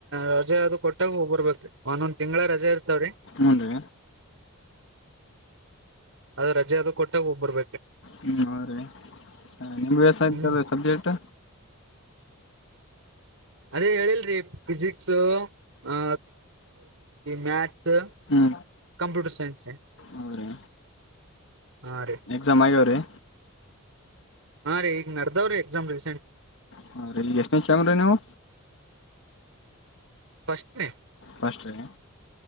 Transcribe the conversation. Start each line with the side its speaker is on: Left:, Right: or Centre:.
Right: ರಜೆ ಅದು ಕೊಟ್ಟಾಗ ಹೋಗ್ ಬರಬೇಕರ್ರಿ ಒಂದೊಂದ್ ತಿಂಗಳ ರಜೆ ಇರ್ತವ್ರಿ
Left: ಹ್ಞೂನ್ರಿ
Right: ಅದು ರಜೆ ಅದು ಕೊಟ್ಟಾಗ ಹೋಗಬರ್ಬೇಕ
Left: ಹ್ಮ್ ಹ ರೀ ನಿಮ್ಮು <inaudible>
Right: ಹ್ಮ್
Left: ಸಬ್ಜೆಕ್ಟ್
Right: ಅದೇ ಹೇಳಿಲ್ರಿ ಫಿಜಿಕ್ಸ್ ಅ ಮ್ಯಾಥ್ಸ್
Left: ಹ್ಞೂ
Right: ಕಂಪ್ಯೂಟರ್ ಸೈನ್ಸ್
Left: ಹೌದ್ರಿ
Right: ಹಾ ರೀ
Left: ಎಕ್ಸಾಮ್ ಆಗ್ಯಾವ್ರಿ
Right: ಹಾರೀ ಈಗ ನಡದಾವರಿ ಎಕ್ಸಾಮ್ ರೀಸೆಂಟ್
Left: ಹ ರೀ ಈಗ ಎಷ್ಟನೇ ಸೇಮ್ಮರ್ರಿ ನೀವು
Right: ಫಸ್ಟ್ ನೇ
Left: ಫಸ್ಟ್ ರೀ